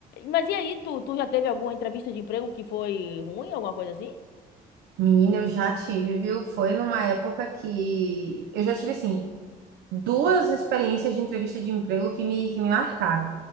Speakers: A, on the left; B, on the right.
A: mas e aí, tu, tu já teve alguma entrevista de emprego que foi ruim, alguma coisa assim?
B: Menina, eu já tive, viu? Foi numa época que eu já tive assim duas experiências de entrevista de emprego que me, que me marcaram.